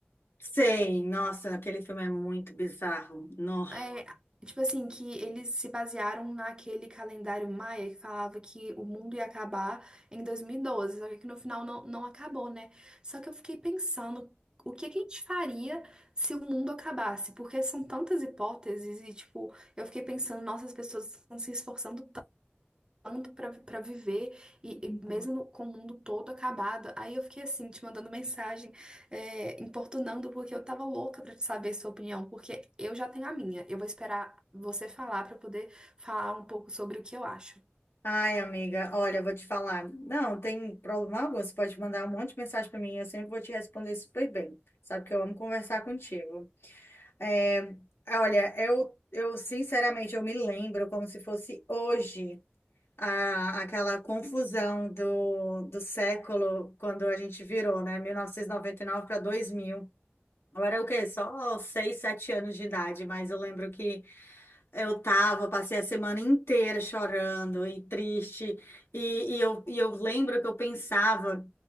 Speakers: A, on the left; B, on the right.
A: sei, nossa, aquele filme é muito bizarro. No.
B: É, tipo assim, que eles se basearam naquele calendário maia que falava que o mundo ia acabar em dois mil e doze só que no final não, não acabou, né? Só que eu fiquei pensando o que que a gente faria se o mundo acabasse, porque são tantas hipóteses e, tipo, eu fiquei pensando, nossa, as pessoas estão se esforçando tanto pra para viver e,
A: <laughs>
B: e mesmo com o mundo todo acabado. Aí eu fiquei assim, te mandando mensagem, é, importunando, porque eu tava louca pra te saber sua opinião, porque eu já tenho a minha. Eu vou esperar você falar pra poder falar um pouco sobre o que eu acho.
A: Ai, amiga, olha, eu vou te falar. Não, tem problema algum, você pode mandar um monte de mensagem para mim, eu sempre vou te responder super bem. Sabe que eu amo conversar contigo. É, olha, eu, eu sinceramente, eu me lembro como se fosse hoje. a, aquela confusão do, do século, quando a gente virou, né? mil novecentos e e noventa e nove para dois mil Eu era o quê? Só seis sete anos de idade, mas eu lembro que eu tava, passei a semana inteira chorando e triste, e, e, eu, e eu lembro que eu pensava